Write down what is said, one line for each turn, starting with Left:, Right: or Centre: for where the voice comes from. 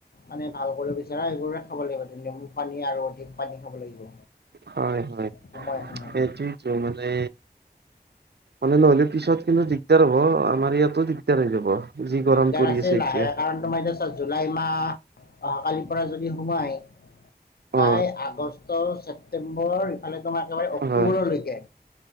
Left: মানে ভাল কৰিব বিচাৰা এইবোৰে খাব লাগিব নেমু পানী আৰু অধিক পানী খাব লাগিব।
Right: হয় হয়
Left: সময়ে সময়ে
Right: সেইটোৱেটো মানে মানে নহ'লে পিছত কিন্তু দিগদাৰ হ'ব আমাৰ ইয়াতো দিগদাৰ হৈ যাব যি গৰম
Left: দিগদাৰ
Right: পৰি
Left: আছে
Right: এতিয়া
Left: লাহে কাৰণ তোমাৰ এতিয়া চা জুলাই মাহ অহাকালি পাৰা যদি সোমাই প্ৰায়
Right: অ
Left: আগষ্ট ছেপ্টেম্বৰ ইফালে তোমাৰ একেবাৰে অক্টোবৰলৈকে
Right: হয়